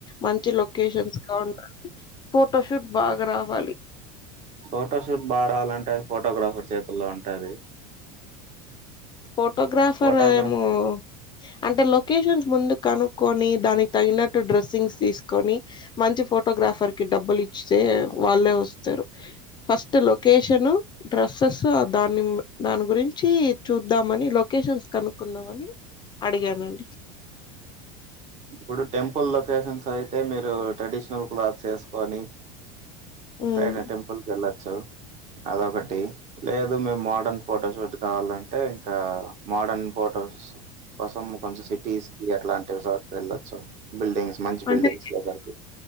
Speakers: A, on the left; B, on the right.
A: మంచి లొకేషన్స్ ఉండాలి ఫోటోషూట్ బాగా రావాలి
B: ఫోటోషూట్ బాగా రావాలంటే ఫోటోగ్రాఫర్ చేతుల్లో ఉంటుంది
A: ఫోటోగ్రాఫర్
B: ఫోటోగ్రాఫ్
A: ఏమో అంటే లొకేషన్స్ ముందు కనుక్కొని దానికి తగినట్టు డ్రెస్సింగ్స్ తీసుకొని మంచి ఫోటోగ్రాఫర్ కి డబ్బులు ఇస్తే వాళ్ళే వస్తరూ ఫస్ట్ లొకేషన్ డ్రెస్సెస్ దాని దాని గురించి చూద్దామని లొకేషన్స్ కనుక్కుందామని అడిగానండి
B: ఇప్పుడు టెంపుల్ లొకేషన్స్ అయితే మీరు ట్రెడిషనల్ క్లాత్స్ వేసుకొని
A: ఉమ్.
B: టైనా టెంపుల్ కేళ్లాచ్చు అదొకటి లేదు మేము మోడర్న్ ఫోటోషూట్ కావాలంటే ఇంకా మోడర్న్ ఫోటో కోసం కొంచెం సిటీస్ కి అట్లాంటి చోట వెళ్ళొచ్చు బిల్డింగ్స్ మంచి బిల్డింగ్స్
A: అంటే
B: దగ్గరకి